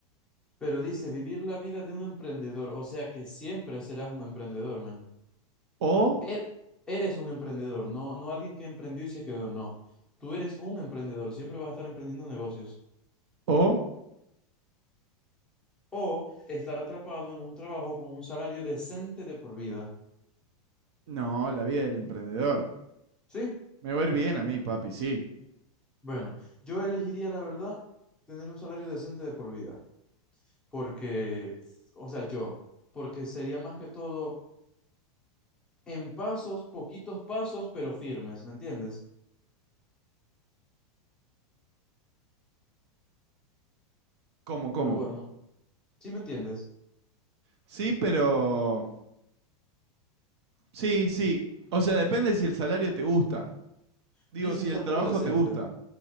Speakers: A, in the centre; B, on the right.
A: Pero dice vivir la vida de un emprendedor, o sea que siempre serás un emprendedor, man.
B: O,
A: Er- eres un emprendedor, no, no alguien que emprendió y se quedó, no. Tú eres un emprendedor, siempre vas a estar emprendiendo negocios
B: o
A: o estar atrapado en un trabajo con un salario decente de por vida.
B: No, la vida del emprendedor.
A: ¿Sí?
B: Me va a ir bien a mí, papi, sí.
A: Bueno, yo elegiría, la verdad, tener un salario decente de por vida, porque, o sea, yo, porque sería más que todo en pasos, poquitos pasos, pero firmes, ¿me entiendes?
B: ¿Cómo, cómo?
A: Pero bueno, ¿sí me entiendes?
B: Sí, pero... Sí, sí. O sea, depende si el salario te gusta. Digo,
A: Dice
B: si
A: un salario
B: el trabajo
A: decente.
B: te gusta.